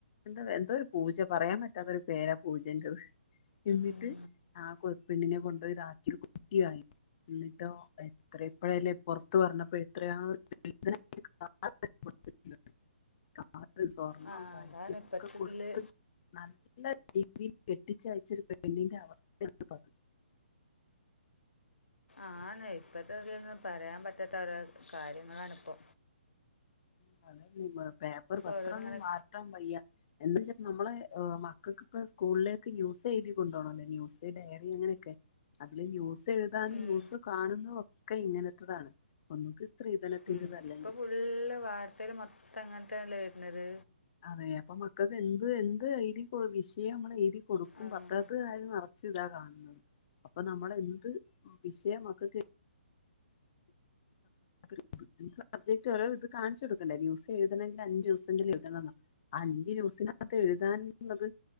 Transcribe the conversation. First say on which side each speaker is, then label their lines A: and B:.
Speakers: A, on the left; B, on the left.
A: എന്താ എന്തോ ഒരു പൂജ പറയാൻ പറ്റാത്ത ഒരു പേരാ പൂജെന്റേത്, എന്നിട്ട്
B: ഉം.
A: ആ കൊ പെണ്ണിനെ കൊണ്ടോയി <unintelligible> കുട്ടിയയി, എന്നിട്ടോ എത്ര എപ്പഴല്ലേ പൊറത്ത് പറഞ്ഞപ്പോ എത്രയാ <unintelligible> ത് സ്വർണ്ണം
B: ആ
A: പൈസൊക്കെ
B: അതാണ് ഇപ്പത്തതില്
A: കൊടുത്ത് നൽ ല്ല രീതിൽ കെട്ടിച്ചയചൊരു പെണ്ണിന്റെ അവസ്ഥയാണ് പറ
B: ആന്നെ ഇപ്പത്തെ ഇതിൽന്നും പറയാൻ പറ്റാത്ത ഓരോ കാര്യങ്ങളാണിപ്പോ.
A: <unintelligible> പേപ്പർ പത്രൊന്നും
B: ഓരോന്നും ഇങ്ങനെ
A: വാർത്താൻ വയ്യ എന്താെച്ച നമ്മളെ മക്കക്ക്പ്പ സ്കൂളിലേക്ക് ന്യൂസ് എഴുതി കൊണ്ടുപോണെല്ലേ ന്യൂസ് ഡയറി അങ്ങനൊക്കെ അതില് ന്യൂസ് ന്യൂസ് എഴുതാനും
B: ഉം,
A: ന്യൂസ് കാണുന്ന ഒക് ഒക്കെ ഇങ്ങനത്തതാണ് ഒന്നക്ക് സ്ത്രീധനത്തിൻന്റെതല്ലേ
B: ഉം. ഇപ്പൊ ഫുള്ള് വാർത്തെല് മൊത്തം അങ്ങനത്താണല്ലേ വരുന്നത്
A: അതെ അപ്പൊ മക്കക്ക് എന്ത് എന്ത് എഴ്തി കൊട് വിഷയം നമ്മൾ എഴ്തി കൊടുക്കും
B: ഉം.
A: പത്തത് കാര് നിറച്ച് ഇതാ കാണുന്നത് അപ്പൊ നമ്മള് എന്ത് വിഷയ മക്കക്ക് <inaudible> സബ്ജക്ട് ഓരോ ഇത് കാണിച്ചു കൊടുക്കണ്ടേ ന്യൂസ് എഴുതണങ്കിൽ അഞ്ചു ദൂസങ്കിലുംഎഴുതണൊന്ന ആ അഞ്ചു ന്യൂസിനകത്ത് എഴുതാനുള്ളത്